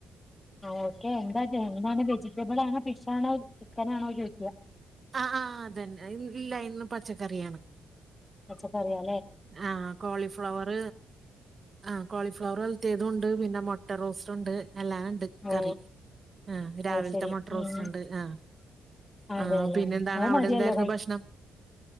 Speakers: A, on the left; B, on the right.
A: ആ ഓക്കെ എന്താ എന്താണ് വെജിറ്റബിളാണോ ഫിഷാണോ ചിക്കനാണോ ചോദിക്യാ
B: ആ ആ് അതന്നെ ഇല്ല ഇന്ന് പച്ചക്കറിയാണ്.
A: പച്ചക്കറിയാ
B: ആ കോളിഫ്ലവർ ആ കോളിഫ്ലവർ ഉലത്തേതും ഉണ്ട് പിന്നെ മു- മുട്ട റോസ്റ്റ് ഉണ്ട് <unintelligible>
A: ഓ
B: കറി. ആഹ് രാവിലത്തെ
A: അത് ശരി
B: മൊട്ട റോസ്
A: ഉം
B: ഉണ്ട് ആ
A: അതെല്ലേ
B: ആ പിന്നെ എന്താണ്
A: അത്
B: അവിടെ
A: മതിയല്ലോ
B: എന്തായിരുന്നു ഭക്ഷണം?